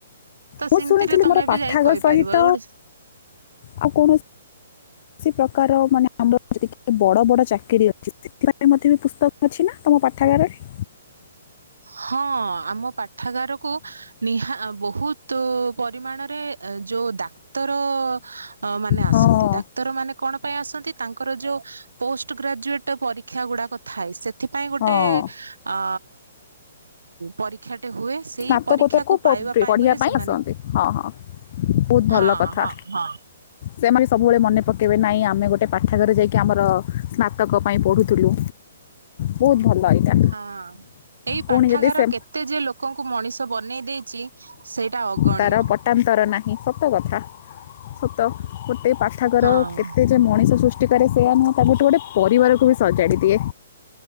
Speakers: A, on the right; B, on the left.
A: ତ
B: ମୁଁ
A: ସେମିତିରେ
B: ଶୁଣିଥିଲି
A: ତମେ
B: ମୋର ପାଠାଗାର
A: ବି ଯାଇ କହିପାରିବ
B: ସହିତ
A: ଯେ
B: ଆଉ କୌଣସି ପ୍ରକାର ମାନେ ଆମର ବଡ଼ ବଡ଼ ଚାକିରି ଅଛି ସେଥିାଇଁ ମଧ୍ୟ ପୁସ୍ତକ ଅଛି ନା ତମ ପାଠାଗାରରେ।
A: ହଁ ଆମ ପାଠାଗାରକୁ ନିହା ବହୁତ ପରିମାଣରେ ଯୋଉ ଡାକ୍ତର ଅ ମାନେ ଆସନ୍ତି
B: ହଁ
A: ଡାକ୍ତର ମାନେ କଣ ପାଇଁ ଆସନ୍ତି ତାଙ୍କର ଯୋଉ ପୋଷ୍ଟ ଗ୍ରାଜୁଏଟ ପରୀକ୍ଷା ଗୁଡାକ ଥାଏ ସେ ସେଥିପାଇଁ ଗୋଟେ
B: ହଁ
A: ଅ ପରୀକ୍ଷା ହୁଏ ସେଇ
B: ସ୍ନାତକୋତ୍ତରକୁ
A: ପରୀକ୍ଷାକୁ
B: ପ-
A: ପାଇବା ପାଇଁ
B: ପଢ଼ିବା
A: ବୋଲି ସେମାନେ
B: ଆସନ୍ତି ହଁ ହଁ ବହୁତ ଭଲ
A: ହଁ
B: କଥା
A: ହଁ ହଁ।
B: ସେମାନେ ସବୁବେଳେ ମନେ ପକ କେବେ ନାଇଁ ଆମେ ଗୋଟେ ପାଠାଗରେ ଯାଇକି କି ଆମର ସ୍ନାତକ ପାଇଁ ପଢ଼ୁଥିଲୁ ବହୁତ ଭଲ ଏଇଟା
A: ହଁ ଏଇ
B: ପୁଣି
A: ପାଠାଗାର
B: ଯଦି ସେ
A: କେତେ ଯେ ଲୋକଙ୍କୁ ମଣିଷ ବନେଇ ଦେଇଛି। ସେଇଟା ଅଗଣୀୟ।
B: ତାର ପଟାନ୍ତର ନାହିଁ। ସତ କଥା ସତ ଗୋଟେ ପାଠାଗର
A: ହଁ
B: କେତେ ଯେ ମଣିଷ ସୃଷ୍ଟି କରେ ସେ ଆମ ମୁଁ ତାଙ୍କଠୁ ଗୋଟେ ପରିବାରକୁ ବି ସଜାଡ଼ି ଦିଏ।